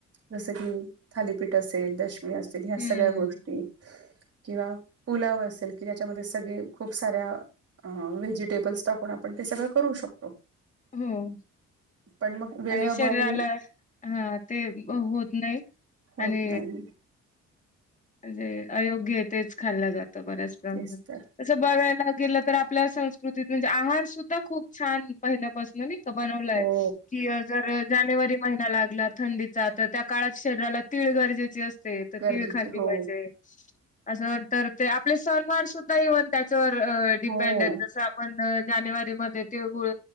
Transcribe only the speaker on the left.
हम्म
हम्म!
आणि शरीराला हा ते हो नाई
आणि
म्हणजे अयोग्य ए तेच खाल्लं जातं. त बऱ्याच प्रमाणात
तसं बघायला गेलं तर आपल्या संस्कृतीत म्हणजे आहार सुद्धा खूप छान पहिल्या पासनं नई का बनवलाय
की जर जानेवरीत महिना लागला थंडीचा त त्या काळात शरीराला तीळ गरजेचे अस ते त
तिळ खाल्ली
पाहिजे, असं तर ते आपले सणवार सुद्धा हे होत्यांत तर डिपेंडए
जसं आपण जानेवारी मध्ये तिळगुळ